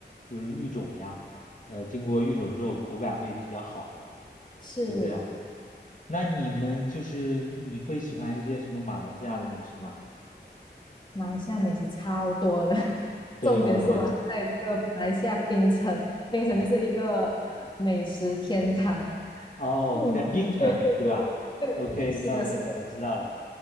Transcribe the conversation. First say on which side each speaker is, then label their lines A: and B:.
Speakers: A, on the left; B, on the left.
A: 就是育种呀，呃，经过育种之后口感会比较好，
B: 是
A: 是这样。那你们就是你会喜欢一些什么马来西亚的美食吗？
B: 马来西亚美食超多的，<laughs>
A: 对，
B: 重点是我还在这个马来西亚槟城，
A: 我我
B: 槟城就是一个美食天堂。
A: 哦，
B: 嗯，
A: 你在槟城对吧？OK，
B: 对对对对，是的，
A: 那我我知道了，
B: 是的。